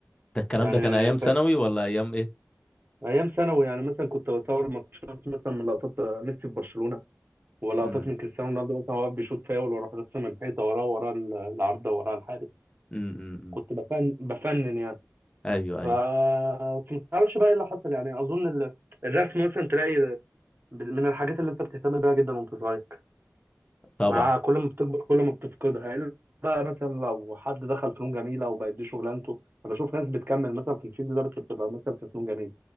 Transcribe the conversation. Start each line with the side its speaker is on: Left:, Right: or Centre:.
Left: ده الكلام
Right: يعني
Left: ده كان ايام
Right: فاكر
Left: ثانوي ولا ايام ايه
Right: ايام ثانوي يعني مثلا كنت بصور ماتشات مثلا من لقطات ميسي في برشلونه ولقطات
Left: امم
Right: من كريستيانو رونالدو مثلا وهو واقف بيشوط فاول وراح راسم الحيطه وراه وراه ال- العارضه وراه الحارس
Left: امم أمم، أمم.
Right: كنت بفن بفنن يعني
Left: ايوه
Right: ف
Left: ايوه
Right: بس ما تعرفش بقى ايه اللي حصل يعني اظن ال- الرسم مثلا تلاقي ب- من الحاجات اللي انت بتهتم بيها جدا وانت صغير
Left: طبعا
Right: مع كل ما بتكبر كل ما بتفقدها إلا بقى مثلا لو حد دخل فنون جميله وبقت دي شغلانته انا بشوف ناس بتكمل مثلا في الفيلد ده بس بتبقى مثلا في فنون جميله